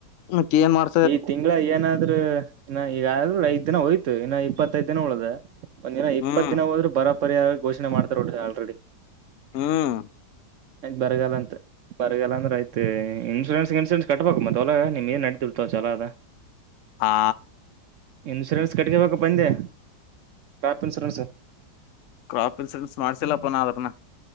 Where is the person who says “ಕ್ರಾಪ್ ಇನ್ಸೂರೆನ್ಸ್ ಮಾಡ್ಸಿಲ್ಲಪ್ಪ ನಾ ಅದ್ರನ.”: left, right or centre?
Left